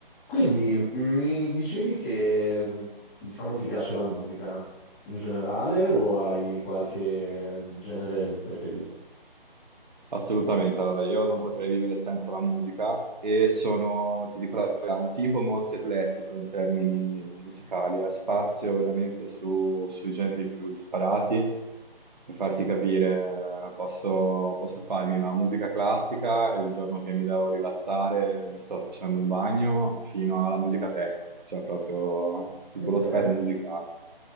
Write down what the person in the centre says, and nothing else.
Quindi mi dicevi che, diciamo, ti piace la musica in generale o
hai qualche genere preferito?
Ok.